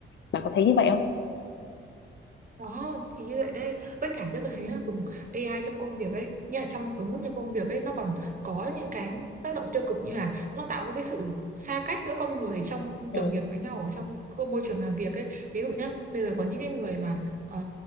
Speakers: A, on the left; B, on the right.
A: bạn có thấy như vậy không
B: Đó, thì như vậy đây, Với cả cho tôi thấy là dùng AI trong công việc ấy, như là trong ứng dụng trong công việc ấy, nó còn có những cái tác động tiêu cực như là nó tạo ra cái sự xa cách giữa con người trong
A: Ừ.
B: đồng nghiệp với nhau ở trong cái môi trường làm việc ấy. Ví dụ nhá, bây giờ có những cái người mà ờ,